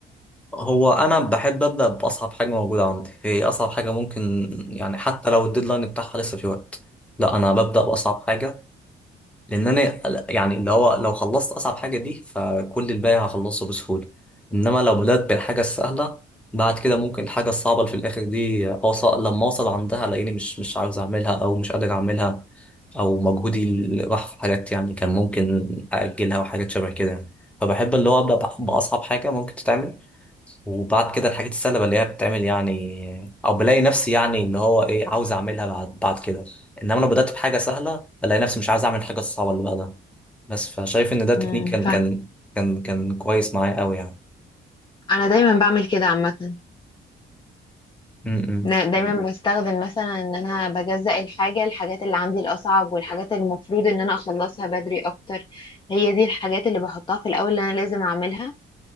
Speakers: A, in the centre; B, on the left.
A: هو انا بحب ابدأ باصعب حاجة موجودة عندي هي اصعب حاجة ممكن يعني حتى لو الديدلاين بتاعها لسه في وقت لا انا ببدأ باصعب حاجة لان انا يعني اللي هو لو خلصت اصعب حاجه دي فكل الباقي هخلصه بسهوله انما لو بدات بالحاجه السهله بعد كده ممكن الحاجه الصعبه اللي في الاخر دي اوصل لما اوصل عندها الاقيني مش مش عاوز اعملها او مش قادر اعملها او مجهودي اللي راح في حاجات يعني كان ممكن اجلها وحاجات شبه كده يعني فبحب اللي هو ابدا بأ- باصعب حاجه ممكن تتعمل وبعد كده الحاجات السهلة اللي هي بتتعمل يعني او بلاقي نفسي يعني اللي هو ايه عاوز اعملها بعد بعد كده انما لو بدأت بحاجة سهلة بلاقي نفسي مش عايز اعمل الحاجة الصعبة اللي بعدها بس فشايف ان ده تكنيك
B: امم
A: كان كان كان كان كويس معايا قوي يعني
B: انا دايما بعمل كده عامه
A: م- م.
B: أنا دايما مم. بستخدم مثلا ان انا بجزأ الحاجه الحاجات اللي عندي الاصعب والحاجات اللي المفروض ان انا اخلصها بدري اكتر هي دي الحاجات اللي بحطها في الاول اللي انا لازم اعملها